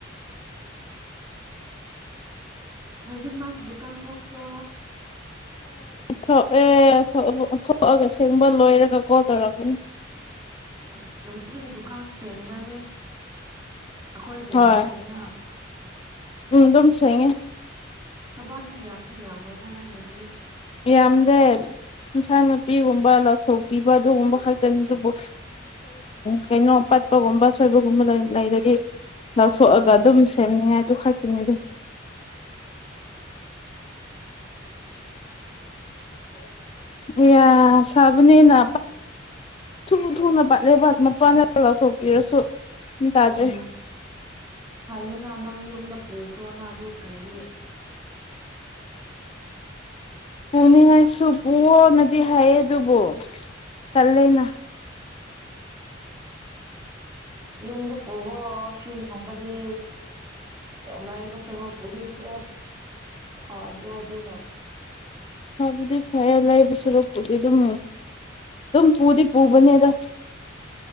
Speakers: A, on the right (about 20°); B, on the left (about 30°).
A: ꯍꯧꯖꯤꯛ ꯃꯥ ꯗꯀꯥꯟ ꯊꯄ꯭ꯔ
B: ꯍꯣꯏ ꯑꯦ ꯊꯣꯛꯑꯒ ꯁꯤꯒꯨꯝꯕ ꯂꯣꯏꯔꯒ ꯀꯣ ꯇꯂꯕꯨꯨꯡ
A: ꯎꯝ ꯅꯨꯡꯇꯤꯒꯤ ꯗꯨꯀꯥꯟ ꯁꯦꯡꯕ꯭ꯔꯅꯦ ꯑꯩꯈꯣꯏꯒꯨꯝꯅ
B: ꯍꯣꯏ
A: ꯁꯦꯡꯕ꯭ꯔꯥ
B: ꯎꯝ ꯑꯗꯨꯝ ꯁꯦꯡꯉꯦ
A: ꯊꯕꯥꯛꯗꯤ ꯌꯥꯝꯗꯤ ꯌꯥꯝꯃꯣꯏꯅ ꯅꯪꯉꯤꯗꯨꯗꯤ
B: ꯌꯥꯝꯗꯦ ꯏꯟꯁꯥꯡ ꯅꯨꯄꯤꯒꯨꯝꯕ ꯂ ꯊꯣꯛꯄꯤꯕ ꯑꯗꯨꯒꯨꯝꯕ ꯈꯛꯇꯅꯤ ꯑꯗꯨꯕꯨ ꯀꯩꯅꯣ ꯄꯠ <unintelligible> ꯑ ꯁꯣꯏꯕꯒꯨꯝꯕ ꯂꯩꯔꯗꯤ ꯂꯧꯊꯣꯛꯑꯒ
A: ꯎꯝ
B: ꯑꯗꯨꯝ ꯁꯦꯝꯅꯤꯡꯉꯥꯏ ꯑꯗꯨ ꯈꯥꯛꯛꯇꯅꯤ ꯑꯗꯨꯝ
A: ꯎ
B: ꯑꯦ ꯁꯕꯅꯤꯅ ꯊꯨ ꯊꯨꯅ ꯄꯠ ꯂꯩꯕꯠ ꯃꯄꯥꯟꯗ ꯂꯥꯎꯊꯣꯛꯄꯤꯔꯁꯨ ꯑꯗꯨ ꯇꯥꯖꯩ
A: ꯑꯣ ꯐꯩꯌꯦꯅ ꯅꯪ ꯌꯨꯝꯗ ꯄꯨꯈ꯭ꯔꯣꯅ ꯕꯨꯁꯤꯡꯒꯤ
B: ꯄꯨꯅꯤꯡꯉꯥꯏꯁ ꯄꯨꯣꯅꯗꯤ ꯍꯥꯏꯌꯦ ꯑꯗꯨꯕꯨꯣ ꯆꯂꯦꯅ
A: ꯌꯨꯝꯗ ꯄꯨꯕꯣ ꯁꯤ ꯉꯕꯗꯤ ꯂꯥꯏꯕ ꯁꯔꯣꯛꯄꯨꯗꯤ ꯈꯔ ꯐꯥꯗ꯭ꯔꯣ ꯑꯗꯨꯅ
B: ꯍꯥꯏꯕꯗꯤ ꯐꯩꯔꯦ ꯂꯩꯕ ꯁꯣꯔꯣꯛꯄꯗꯤ ꯑꯗꯨꯝ ꯑꯗꯨꯝ ꯄꯨꯗꯤ ꯄꯨꯕꯅꯦꯗ